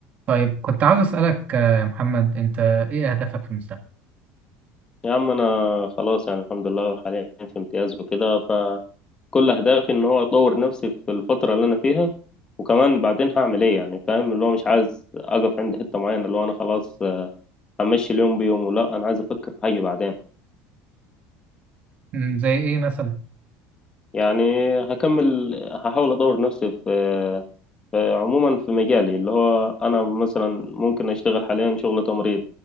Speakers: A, on the right (about 30°); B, on the left (about 15°).
A: طيب كنت عاوز أسألك آه، يا محمد أنت إيه أهدافك في المستقبل؟
B: يا عم انا خلاص يعني الحمد لله حاليا في امتياز وكده فكل اهدافي ان هو اطور نفسي في الفتره اللي انا فيها وكمان بعدين هعمل ايه يعني فاهم اللي هو مش عايز اقف عند حته معينه اللي هو انا خلاص آه، همشي اليوم بيومه لا انا عايز افكر في حاجه بعدين
A: مم، زي إيه مثلا؟
B: يعني هكمل هحاول اطور نفسي في, في عموما في مجالي اللي هو انا مثلا ممكن اشتغل حاليا شغل تمريض